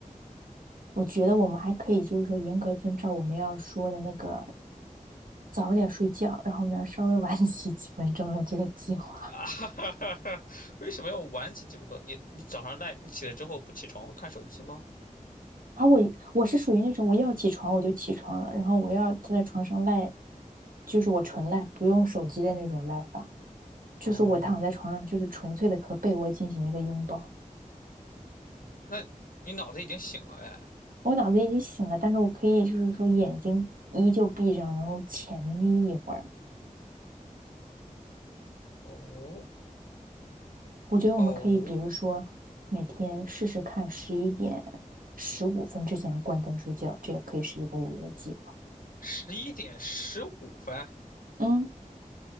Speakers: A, on the right; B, on the left.
A: 我觉得我们还可以就是说严格遵照我们要说的那个早点睡觉，然后呢稍微晚 <laughs> 起几分钟的这个计划。
B: <laughs> 啊，哈哈哈哈为什么要晚起几分钟？你你早上赖，你起来之后不起床会看手机吗？
A: 而我我是属于那种我要起床我就起床了，然后我要坐在床上赖，就是我纯赖，不用手机的那种赖法，就是我躺在床上就是纯粹的和被窝进行一个拥抱。
B: 哦，那你脑子已经醒了哎。
A: 我脑子已经醒了，但是我可以就是说眼睛依旧闭上，然后浅眯一会儿。
B: 哦
A: 我觉得我们可以，
B: 哦。
A: 比如说每天试试看，十一点十五分之前关灯睡觉，这也可以是一个午夜计划。
B: 十一点十五分。
A: 嗯，